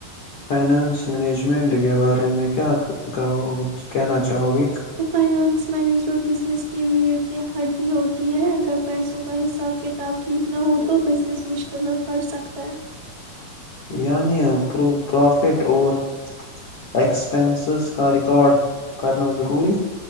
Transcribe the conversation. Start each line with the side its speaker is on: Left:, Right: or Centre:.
Left: فائنانس مینجمنٹ کے بارے میں کیا کہنا چاہو گی
Right: فائنانس مینجمنٹ بزنس کی ریڑھ کی ہڈی ہوتی ہے اگر پیسوں کا حساب کتاب ٹھیک نہ ہو تو بزنس مشکل میں پڑ سکتا ہے
Left: یعنی پرافٹ اور ایکسپینسز کا ریکارڈ کرنا ضروری